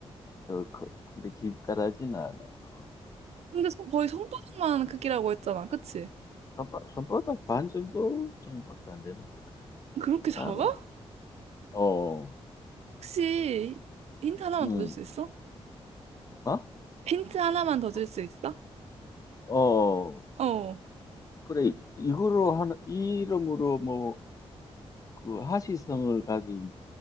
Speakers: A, on the left; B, on the right.
A: 어, 크- 근데 길다라진 않아. 어.
B: 근데 손- 거의 손바닥만 크기라고 했잖아. 그치?
A: 손바, 손바닥 반 정도 정도밖에 안 되는 것 같아.
B: 그렇게 작아?
A: 작아. 어,
B: 혹시 힌트 하나만
A: 음,
B: 더 줄 수 있어?
A: 어?
B: 힌트 하나만 더
A: 뭐,
B: 줄 수 있어?
A: 어,
B: 어.
A: 그래. 이거로 하는, 이 이름으로 뭐, 그 하시성을 가진